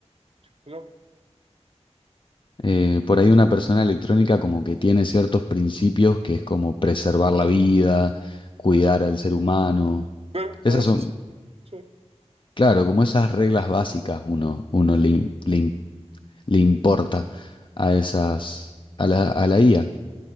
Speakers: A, on the right; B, on the left.
A: ¿no? no.
B: Eh, por ahí una persona electrónica como que tiene ciertos principios que es como preservar la vida, cuidar al ser humano.
A: Pero,
B: Esas
A: bueno, sí,
B: son,
A: sí, sí.
B: claro, como esas reglas básicas uno, uno le, im- le im- le importa a esas, a la, a la IA.